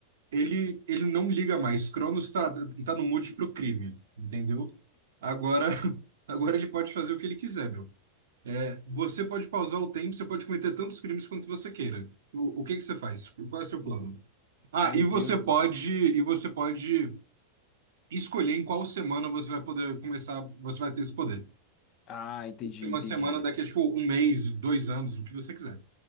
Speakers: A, on the right (about 60°); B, on the left (about 35°).
A: ele, ele não liga mais. Cronos tá, tá no múltiplo crime, entendeu? Agora, <laughs> agora ele pode fazer o que ele quiser, meu. É, você pode pausar o tempo, você pode cometer tantos crimes quanto você queira. O, o que que você faz? Qual é o seu
B: Hum,
A: plano? Ah,
B: Meu
A: e você
B: Deus
A: pode,
B: do céu.
A: e você pode escolher em qual semana você vai poder começar, você vai ter esse poder.
B: Ah, entendi,
A: Tem uma
B: entendi.
A: semana daqui a, tipo, um mês, dois anos, o que você quiser.